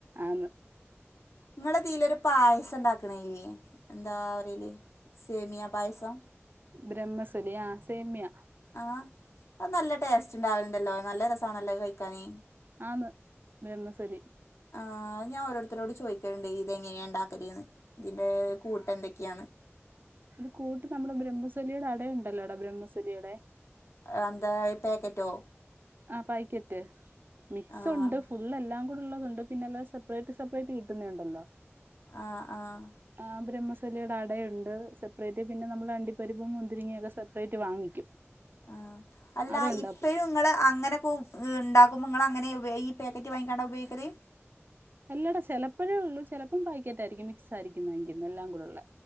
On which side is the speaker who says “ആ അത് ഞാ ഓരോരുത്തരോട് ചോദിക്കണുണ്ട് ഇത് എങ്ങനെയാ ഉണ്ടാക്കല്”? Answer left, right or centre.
Left